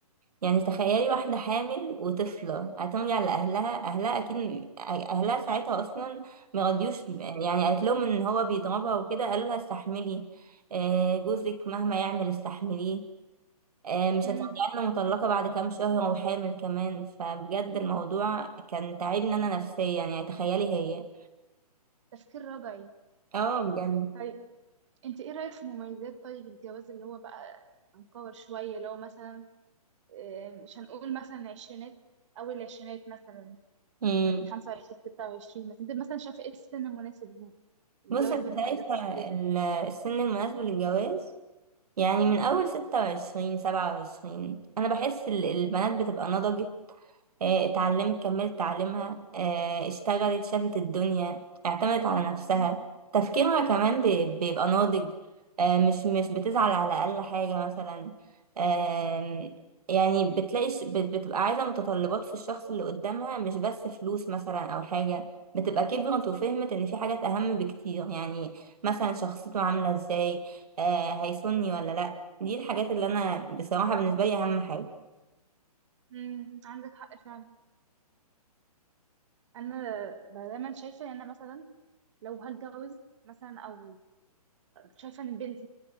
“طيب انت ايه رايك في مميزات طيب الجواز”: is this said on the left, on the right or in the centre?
Right